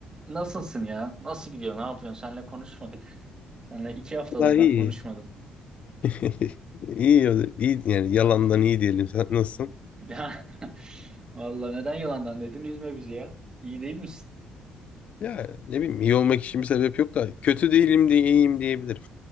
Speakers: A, on the right; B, on the left.
A: Nasılsın ya? Nasıl gidiyor? Ne yapıyorsun? Seninle konuşmadık. Seninle iki haftadır
B: Vallahi
A: ben
B: iyi.
A: konuşmadım. <laughs>
B: <laughs> İyi, ya iyi yani yalandan iyi diyelim. Sen nasılsın?
A: Ya vallahi neden yalandan dedin? Üzme bizi ya. İyi değil misin?
B: Ya ne bileyim iyi olmak için bir sebep yok da kötü değilim diye iyiyim diyebilirim.